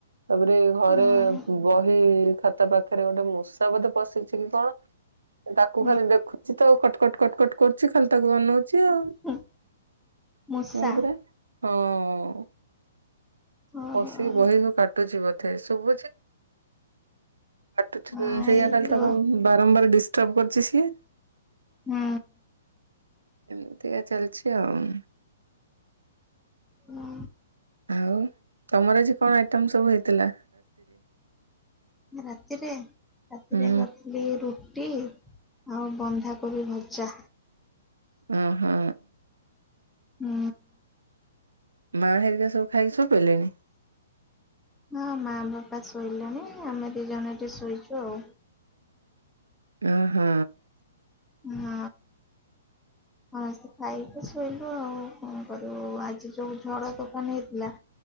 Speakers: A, on the right; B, in the centre.
A: ତାପରେ ଘରେ
B: ଓହୋ
A: ବହି ଖାତା ପାଖ ଏଠାରେ ଗୋଟେ ମୂଷା ବୋଧେ ପଶିଛି କି କଣ ତାକୁ
B: ହୁଁ,
A: ଖାଲି ଦେଖୁଛି। ତ କଟକଟ କଟକଟ କର। କିଛି ଖାଲି ତାକୁ ଅନଉଛି ଆଉ
B: ହୁଁ, ମୂଷା
A: ହଁ ପରା। ହଁ।
B: ଓହୋ
A: ପଶିକି
B: ହଁ
A: ବହିକୁ କାଟୁଚି ବୋଧେ। ଏ ଶୁଭୁଚି। କାଟୁଚି
B: ହେଇଥିବ
A: ତ ସେୟା ଖାଲି କଣ ବାରମ୍ବାର ଡ଼ିସ। ସବୁ କରୁଛି ସିଏ।
B: ହୁଁ।
A: ଏମିତିକା ଚାଲିଛି ଆଉ
B: ଉମ
A: ଆଉ। ତମର ଆଜି କଣ ଆଇଟମ ସବୁ ହେଇଛି। ଥିଲା।
B: ରାତିରେ ରାତିରେ
A: ହୁଁ
B: କରିଥିଲି ରୁଟି। ରୁଟି ଆଉ ବନ୍ଧାକୋବି ଭଜା।
A: ଓ ହୋ।
B: ହୁଁ।
A: ମା ହେରିକା ସବୁ ଖାଇକି ଶୋଇପଇଲେଣି
B: ହଁ ମା ବାପା ସବୁ। ଶୋଇଲାଣି ଆମେ ଦି ଜଣ ଏଠି ଶୋଇଛୁ ଆଉ।
A: ଓ ହୋ।
B: ହଁ। ସମସ୍ତେ ଖାଇକି ଶୋଇଲୁ ଆଉ କଣ କରିବୁ ଆଜି ଯୋଉ ଝଡ ତୋଫାନ ହେଇଥିଲା